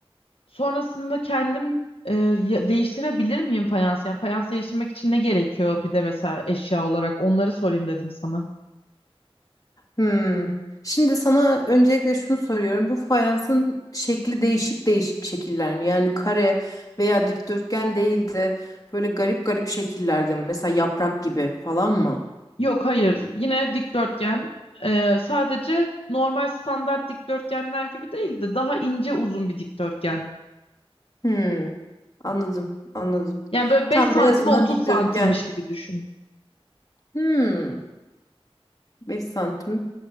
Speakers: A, on the left; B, on the left.
A: sonrasında kendim e, ya- değiştirebilir miyim fayansı? Yani fayans değiştirmek için ne gerekiyor bir de mesela eşya olarak onları sorayım dedim sana.
B: Hı. Şimdi sana öncelikle şunu soruyorum. Bu fayansın şekli değişik değişik şekiller mi? Yani kare veya dikdörtgen değil de böyle garip garip şekillerde mi? Mesela yaprak gibi falan mı?
A: Yok hayır yine dikdörtgen Ee, sadece normal standart dikdörtgenler gibi değil de daha ince uzun bir dikdörtgen.
B: Hmm, anladım, anladım.
A: Yani böyle 5
B: Tamam
A: santime
B: en azından
A: 30
B: dikdörtgen.
A: santimmiş gibi düşün.
B: Hmm, 5 santim.